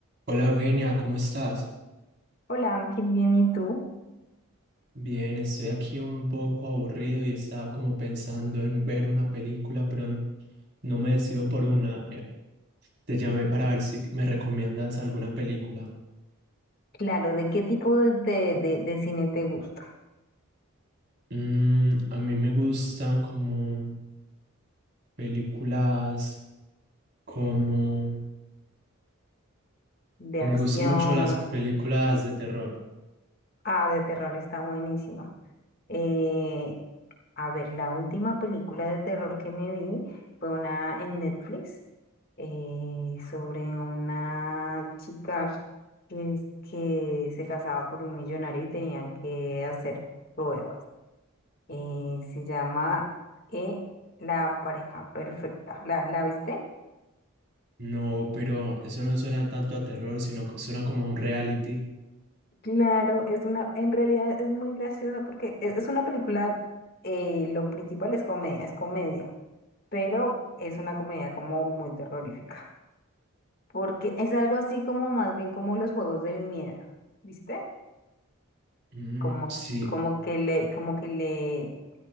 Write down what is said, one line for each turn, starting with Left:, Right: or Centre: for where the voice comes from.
Right: Hola Eugenia, ¿cómo estás?
Left: Hola Ángel, bien, ¿y tú?
Right: Bien, estoy aquí un poco aburrido y estaba como pensando en ver una película, pero no, no me decido por una. Eh, Te llamé para ver si me recomiendas alguna película.
Left: Claro, ¿de qué tipo de, de, de- de cine te gusta?
Right: Mm, a mí me gustan como películas, como...
Left: ¿De
Right: Me
Left: acción?
Right: gustan mucho las películas de terror.
Left: Ah, de terror está buenísima. Eh, a ver, la última película de terror que me vi fue una en Netflix eh, sobre una chica que, es- que se casaba con un millonario y tenían que hacer pruebas. Eh, se llama eh, La pareja perfecta. ¿La, la viste?
Right: No, pero eso no suena tanto a terror, sino que suena como a un reality.
Left: Claro, es una, en realidad es muy graciosa porque es, es una película, eh, lo principal es comedia, es comedia, pero es una comedia como muy terrorífica, porque es algo así como más bien como los juegos del miedo, ¿viste?
Right: Mm,
Left: Como,
Right: sí,
Left: como que le, como que le,